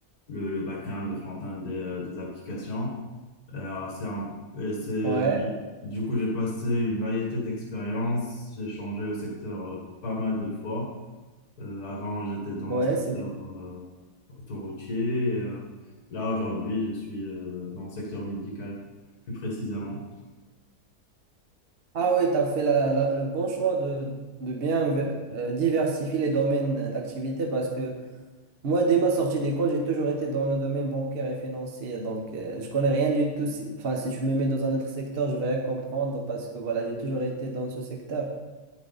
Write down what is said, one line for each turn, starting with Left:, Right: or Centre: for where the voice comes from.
Left: le, le back-end, le front-end des, euh, des applications. Alors, c'est un- et c'est,
Right: Ouais,
Left: du coup, j'ai passé une variété d'expériences. J'ai changé le secteur euh, pas mal de fois. Euh, avant, j'étais dans
Right: ouais,
Left: le secteur
Right: c'est bien.
Left: euh, autoroutier. et, euh, là, aujourd'hui, je suis euh, dans le secteur médical, plus précisément.
Right: Ah oui, tu as fait la- la- le bon choix de, de bien euh, diversifier les domaines d'activité parce que Moi, dès ma sortie d'école, j'ai toujours été dans le domaine bancaire et financier. Donc, euh, je connais rien du tout. Si- Enfin, si tu me mets dans un autre secteur, je vais rien comprendre parce que voilà, j'ai toujours été dans ce secteur.